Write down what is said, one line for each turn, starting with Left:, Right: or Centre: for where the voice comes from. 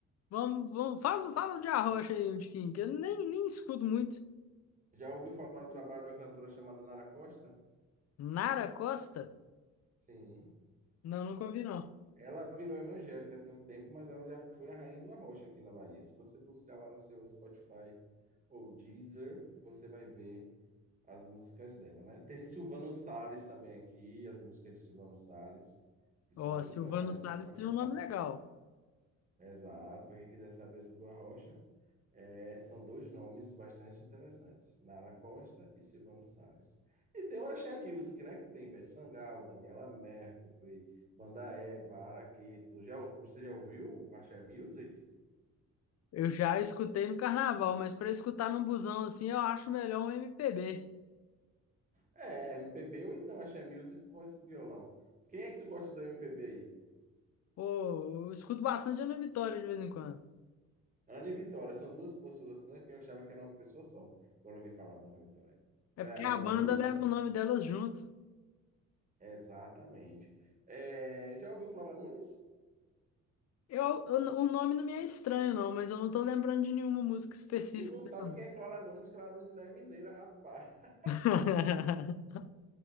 Left: vamos, vamos, fala, fala de Arrocha aí, um tiquinho, que eu nem, nem escuto muito.
Right: Já ouviu falar do trabalho de uma cantora chamada Nara Costa?
Left: Nara Costa?
Right: Sim.
Left: Não, nunca ouvi, não.
Right: Ela virou evangélica tem um tempo, mas ela já foi a rainha do arrocha aqui na Bahia. Se você buscar lá no seu Spotify ou Deezer, você vai ver as músicas dela, né? Tem Silvano Salles também aqui, as músicas de Silvano Salles, que são
Left: Ó,
Right: muito
Left: Silvano
Right: legais,
Left: Salles
Right: muito bacanas.
Left: tem um nome legal.
Right: Exato, para quem quiser saber sobre o Arrocha, é, são dois nomes bastante interessantes, Nara Costa e Silvano Salles. E tem o Axé Music, né, que tem Ivete Sangalo, Daniela Mercury, Banda Eva, Araqueto. Já, ou- você já ouviu Axé Music?
Left: Eu já escutei no carnaval, mas pra escutar num busão assim, eu acho melhor um MPB.
Right: É, MPB ou então Axé Music, voz e violão. Quem é que tu gosta do MPB aí?
Left: Pô, eu escuto bastante Ana Vitória de vez em quando.
Right: Ana e Vitória, são duas pessoas, né, que eu achava que era uma pessoa só, quando alguém falava Ana e Vitória.
Left: É
Right: Não
Left: porque
Right: é,
Left: a
Right: não
Left: banda
Right: é uma dupla?
Left: leva o nome delas junto.
Right: Exatamente. É, já ouviu Clara Nunes?
Left: Eu, eu- o nome não me é estranho, não, mas eu não tô lembrando de nenhuma música específica
Right: Tu não sabe
Left: dela, não.
Right: quem é Clara Nunes? Clara Nunes não é mineira, rapaz. <laughs>
Left: <laughs>